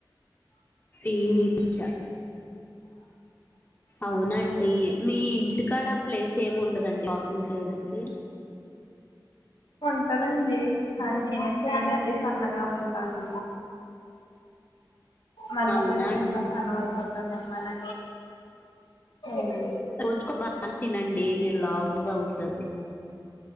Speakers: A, on the left (about 25°); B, on the left (about 80°).
A: ఏ మీకిచ్చ అవునండి మీ ఇంటికాడ ప్లేస్ ఏమి ఉండదండి వాకింగ్ చేయడానికి
B: ఉ కదం లే కానీ నేనైతే ఎనర్జీస్ సన్నగా ఉంటాను మళ్ళీ
A: అవునా
B: చేస్తే
A: అండి
B: ఇంకా సన్నం అయిపోతానేమో మన స
A: రోజుకో బాగా తినండి మీరు లావుగా అ <unintelligible>